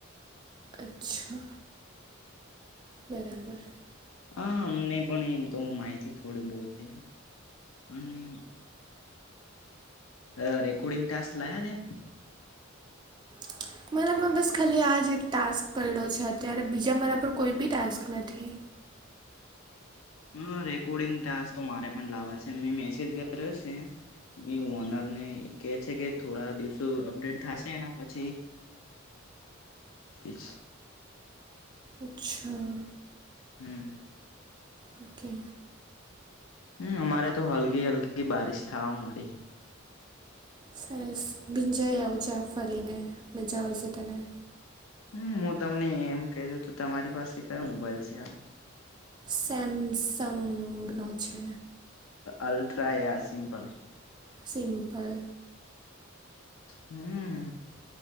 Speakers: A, on the right (about 20°); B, on the left (about 75°).
A: અચ્છા. બરાબર.
B: હા અમને પણ એમ તો માહિતી થોડી બહતે, અને અ રેકોર્ડિંગ ટાસ્ક લ તેે.
A: <inaudible> મારામાં બસ ખાલી આ જ એક ટાસ્ક પડડ્યો છે અત્યારે બીજા મારા પર કોઈ બી ટાસ્ક નથી.
B: હા રેકોર્ડિંગ તાસ તો મારે પણ લાવવા છે મે મેસેજ કર્યો છે. ઓનર ને કે છે કે થોડા દિવસો અપડેટ થશે પછી <unintelligible>
A: અચ્છા.
B: હમ.
A: ઓકે
B: હમ અમારે તો હલગ હલકી બારિશ થાવા મળડી
A: સરસ ભીંજાય આવ જા ફરી ને મજા આવશે તેને.
B: હમ હું તમને એમ કે તો તો તમારી પાસે કયો મોબાઈલ છે આમ?
A: સેમસંગનો છે
B: અલ્ટ્રા યા સિમ્પલ
A: સિમપલ
B: હમ